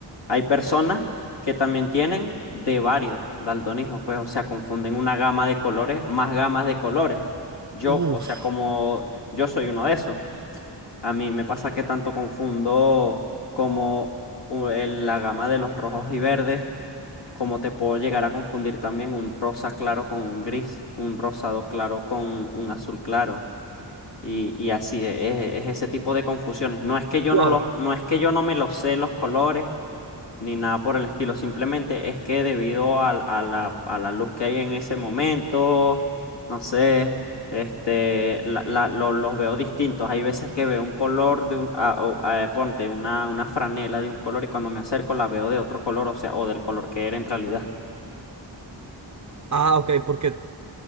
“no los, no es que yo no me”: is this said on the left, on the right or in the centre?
Left